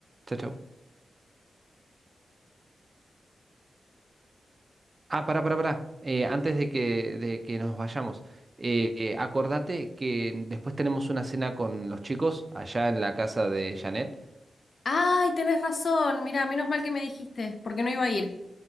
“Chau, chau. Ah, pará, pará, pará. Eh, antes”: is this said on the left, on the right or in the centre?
Right